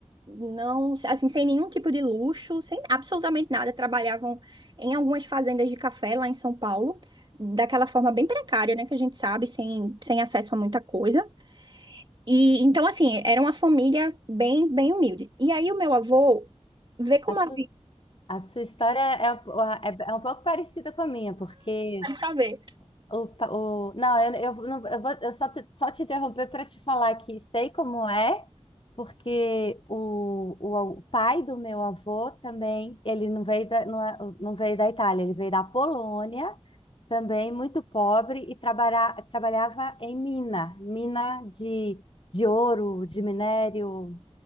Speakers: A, on the right; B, on the left.
A: não assim sem nenhum tipo de luxo, sem absolutamente nada, trabalhavam em algumas fazendas de café lá em São Paulo, daquela forma bem precária, né, que a gente sabe, sem, sem acesso a muita coisa. E então assim, era uma família bem bem humilde. E aí o meu avô vê como
B: A su-
A: a vida,
B: a sua história é, um- é, é um pouco parecida com a minha, porque
A: sabe?
B: o, pa- o, não, eu, eu, não- eu vou eu só te, só te interromper para te falar que sei como é, porque o, o, o pai do meu avô também, ele não veio da, não, é- não veio da Itália, ele veio da Polônia. também muito pobre e trabalha, trabalhava em mina, mina de, de ouro, de minério.